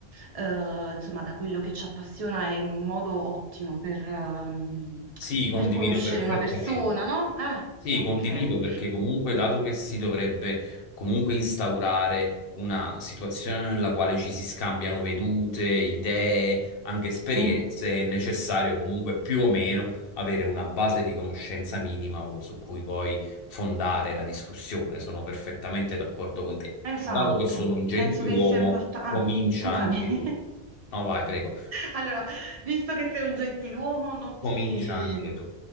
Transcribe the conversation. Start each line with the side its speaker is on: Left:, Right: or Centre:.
Right: eh, insomma, da quello che ci appassiona è un modo ottimo per, ehm,
Left: Sì, condivido
Right: per conoscere
Left: perfettamente.
Right: una persona, no? Eh,
Left: Sì,
Right: ok.
Left: condivido perché comunque dato che si dovrebbe comunque instaurare una situazione nella quale ci si scambiano vedute, idee, anche esperienze,
Right: Mm.
Left: è necessario comunque più o meno avere una base di conoscenza minima su cui poi fondare la discussione. Sono perfettamente d'accordo con te.
Right: Esatto,
Left: Dato che sono un gentiluomo,
Right: penso che sia importante.
Left: comincia
Right: Ah, scusami.
Left: anche
Right: <laughs>
Left: tu. No, vai, prego.
Right: Allora, visto che sei un gentiluomo, non
Left: Comincia
Right: ti...
Left: anche tu.